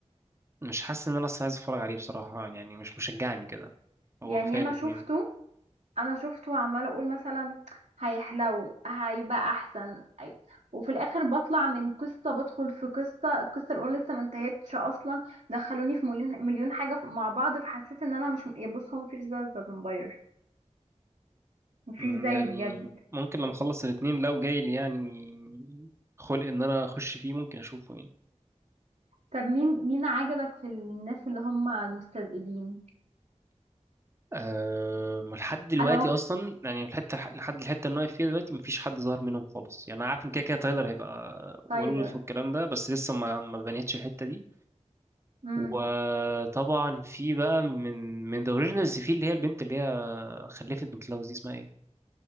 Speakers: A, on the right; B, on the right.
A: مش حاسس ان انا اصلا عايز اتفرج عليه بصراحة يعني مش مشجعني كده هو
B: يعني
A: كفاية
B: انا
A: الاتنين
B: شفته انا شفته عمالة اقول مثلا هيحلو هيبقى احسن أي- وفي الاخر بطلع من قصة بدخل في قصة القصة الاولى لسه ما انتهتش اصلا دخلوني في مليون مليون حاجة مع بعض فحسيت ان انا مش بص هو مفيش ذا فامباير مفيش
A: مم،
B: زيه
A: يعني
B: بجد
A: ممكن لما اخلص الاتنين لو جاي لي يعني خلق ان انا اخش فيه ممكن اشوفه يعني
B: طب مين مين عجبك في الناس اللي هم المستذئبين
A: أه لحد دلوقتي
B: انا وك
A: اصلا يعني الحته لحد الحته اللي أنا واقف فيها دلوقتي مفيش حد ظهر منهم خالص يعني انا عارف ان كده كده تايلر هيبقى ويرولف
B: تايلر
A: والكلام ده بس لسه ما ما بنيتش الحته دي
B: امم
A: وطبعا في بقى من من ذا اوريجينالز في اللي هي البنت اللي هي خلفت من كلاوس دي اسمها ايه